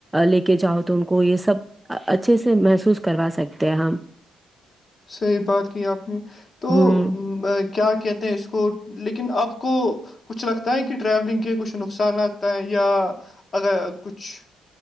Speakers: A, in the centre; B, on the left (about 40°).
A: لے کے جاؤ تو ان کو یہ سب اچھے سے محسوس کروا سکتے ہیں ہم
B: صحیح بات کی آپ نے تو
A: ہ
B: کیا کہتے ہیں اس کو لیکن آپ کو کچھ لگتا ہے کہ ٹریولنگ کے کچھ نقصانات ہے یا اگر کچھ